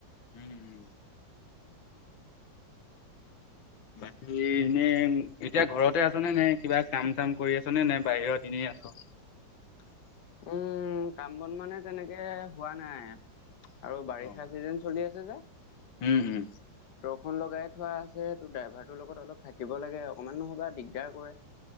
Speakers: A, on the left; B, on the left.
A: উম উম। বাকী এনে এতিয়া ঘৰতে আছনে নে কিবা কাম চাম কৰি আছনে বাহিৰত এনে আছ।
B: <unintelligible> উম কাম বন মানে তেনেকে হোৱা নাই আৰু বাৰিষা
A: অ'।
B: চিজন চলি আছে যে।
A: উম উম।
B: ফোন লগাই থোৱা আছে ত ড্ৰাইভাৰটোৰ লগত অলপ থাকিব লাগে অকমান নহ'বা দিগদাৰ কৰে।